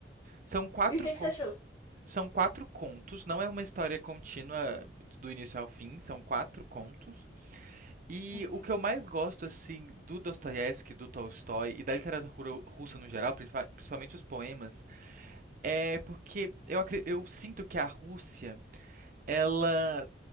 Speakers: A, on the right; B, on the left.
A: São quatro
B: E o que
A: contos.
B: que você achou?
A: São quatro contos, não é uma história contínua do início ao fim, são quatro contos. E
B: Uhum.
A: o que eu mais gosto, assim, do Dostoiévski, do Tolstói e da literatura russa no geral, principal- principalmente os poemas, é porque eu, acre- eu sinto que a Rússia, ela